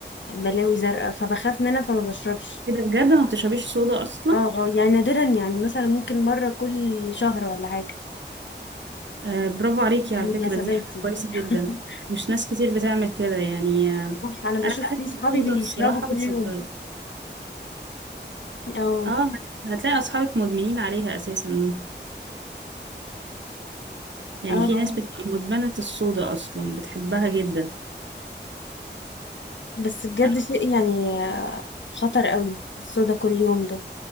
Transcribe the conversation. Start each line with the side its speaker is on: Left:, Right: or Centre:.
Left: بلاوي زرقاء فبخاف منها فما بشربش
Right: كده بجد ما بتشربيش صودا اصلا
Left: اه اه يعني نادرا يعني مثلا ممكن مره كل شهر ولا حاجه
Right: آه برافو عليكي على
Left: مناسبات
Right: فكره دي حاجه
Left: يعني.
Right: كويسه
Left: <laughs>
Right: جدا مش ناس كتير بتعمل كده يعني آه
Left: صح انا بشوف
Right: انا بحب
Left: في صحابي
Right: الصودا
Left: بيشربوا
Right: الصراحه
Left: كل
Right: بتصدقي
Left: يوم اه
Right: اه هت- هتلاقي اصحابك مدمنين عليها اساسا ممكن يعني
Left: اه
Right: في
Left: آه.
Right: ناس بتبقى مدمنه الصودا اصلا بتحبها جدا
Left: بس بجد
Right: انا
Left: شيء يعني آه، خطر قوي الصودا كل يوم ده